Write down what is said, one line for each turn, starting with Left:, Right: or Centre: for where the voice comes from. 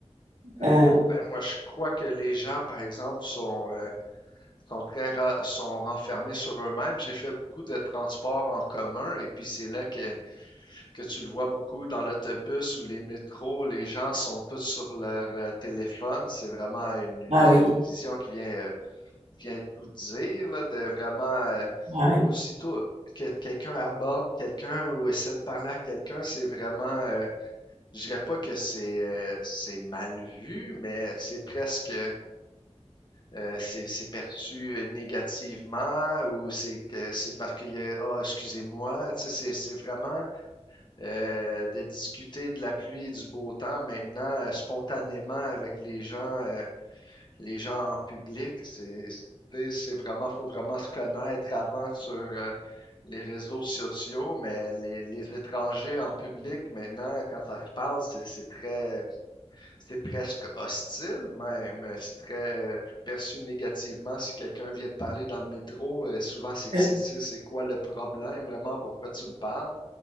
Left: c'est
Right: Euh,
Left: certain.
Right: euh,
Left: Moi, je crois que les gens, par exemple, sont, euh, sont très ra- sont renfermés sur eux-mêmes. J'ai fait beaucoup de transports en commun et puis c'est là que que tu le vois beaucoup dans l'autobus ou les métros, les gens sont tous sur leur euh, téléphone. C'est vraiment une,
Right: ah
Left: euh,
Right: oui,
Left: une vision qui vient, euh, vient tout dire, là, de vraiment euh,
Right: ah oui.
Left: aussitôt que quelqu'un aborde quelqu'un ou essaie de parler à quelqu'un, c'est vraiment, euh, je dirais pas que c'est euh, c'est mal vu, mais c'est presque euh, c'est c'est perçu euh, négativement ou c'est que c'est parce qu'il y a, ah, excusez-moi, tu sais, c'est c'est vraiment euh, de discuter de la pluie et du beau temps maintenant euh, spontanément avec les gens, euh, les gens en public. C'est c'est- c'est vraiment, faut vraiment se connaître avant sur euh, les réseaux sociaux, mais les, les étrangers en public maintenant, quand ça se parle, c'est c'est très, c'est presque hostile même. C'est très euh, perçu négativement si quelqu'un vient de parler dans le métro. euh, souvent, c'est
Right: <laughs>
Left: que
Right: Euh,
Left: c'est c'est- c'est quoi le problème vraiment? Pourquoi tu me parles?